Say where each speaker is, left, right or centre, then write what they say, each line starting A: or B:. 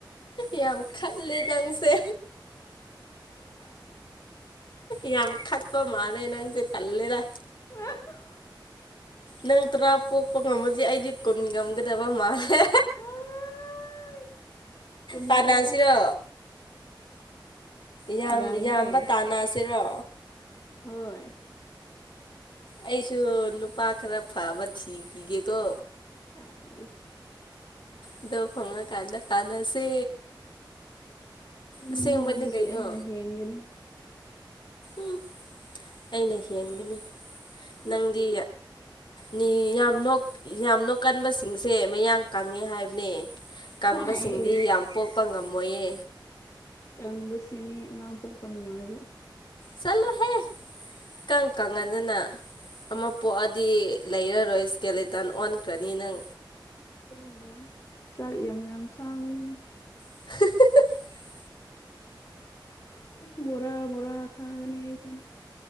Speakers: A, on the left; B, on the left.
A: ꯌꯥꯝ ꯈꯠꯂꯦ ꯅꯪꯁꯦ ꯌꯥꯝ ꯈꯠꯄ ꯃꯥꯜꯂꯦ ꯅꯪꯁꯦ ꯇꯜꯂꯦꯗ
B: ꯍ <inaudible>
A: ꯅꯪ ꯇꯔꯥ ꯄꯣꯛꯄ ꯉꯝꯃꯗꯤ ꯑꯩꯗꯤ ꯀꯨꯟ ꯉꯝꯒꯗꯕ ꯃꯥꯜꯂꯦ
B: ꯑꯥꯏ ꯀꯨꯟ
A: ꯇꯥꯟꯅꯁꯤꯔꯣ
B: ꯄꯣꯛꯎ
A: ꯌꯥꯝ
B: ꯌꯥꯏꯅꯦ
A: ꯌꯥꯝꯕ ꯇꯥꯟꯅꯁꯤꯔꯣ
B: ꯍꯣꯏ
A: ꯑꯩꯁꯨ ꯅꯨꯄꯥ ꯈꯔ ꯐꯕ ꯊꯤꯈꯤꯒꯦꯀꯣ
B: ꯍꯥꯢꯁ
A: ꯑꯗꯣ ꯐꯪꯉꯀꯥꯟꯗ ꯇꯥꯟꯅꯁꯦ
B: ꯅꯪꯉꯣꯟꯗꯒꯤ
A: ꯑꯁꯦꯡꯕꯅꯤ ꯀꯩꯅꯣ
B: ꯑꯩꯅ ꯍꯦꯟꯒꯅꯤ
A: ꯎ ꯑꯩꯅ ꯍꯦꯟꯒꯅꯤ
B: ꯎꯝ
A: ꯅꯪꯗꯤ ꯅꯤ ꯌꯥꯝꯅꯣꯛ ꯌꯥꯝꯅꯣꯛ ꯀꯟꯕꯁꯤꯡꯁꯦ ꯃꯌꯥꯡ ꯀꯪꯉꯦ ꯍꯥꯏꯕꯅꯦ ꯀꯪꯕꯁꯤꯡꯗꯤ
B: ꯍꯥꯏꯁ
A: ꯌꯥꯝ ꯄꯣꯛꯄ ꯉꯝꯃꯣꯏꯌꯦ
B: ꯇꯪꯕꯁꯤꯅꯤ ꯑꯉꯥꯡ ꯄꯣꯛꯄ ꯅꯨꯡꯉꯥꯏꯕ
A: ꯆꯠꯂꯣꯍꯦ ꯀꯪ ꯀꯪꯉꯗꯅ ꯑꯃ ꯄꯣꯛꯑꯗꯤ ꯂꯩꯔꯔꯣꯏ ꯏꯁ꯭ꯀꯦꯂꯦꯇꯟ ꯑꯣꯟꯈ꯭ꯔꯅꯤ ꯅꯪ
B: ꯑꯣꯜꯂꯣꯢ ꯆꯥꯛ ꯌꯥꯝ ꯌꯥꯝ ꯆꯥꯒꯅꯤ
A: <inaudible>
B: ꯚꯣꯔꯥ ꯚꯣꯔꯥ ꯆꯥꯒꯅꯤ ꯑꯩꯗꯤ